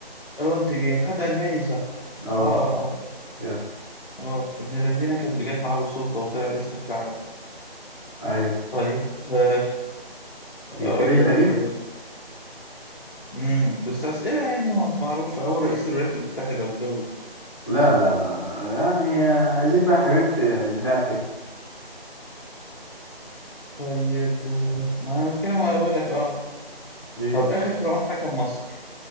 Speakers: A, on the left (about 55°); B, on the left (about 30°).
A: رونتجين حد الماني صح اه
B: اه
A: اه اه
B: يس
A: اه ابن الذين كانت جت معاه بالصدفه وطلع اسمه في العالم
B: ايوه
A: طيب آه
B: جبت
A: آه، اقول
B: لي
A: لك
B: تاريخ
A: امم بس أسئلة يعني معروفة أو رئيس الولايات المتحدة والجو ده
B: لا لا لا لا يعني عايزين بقى حاجات بتاع كده
A: طيب آه، ما المشكلة ما أقول لك أه
B: ايه
A: طب آخر فرعون حكم مصر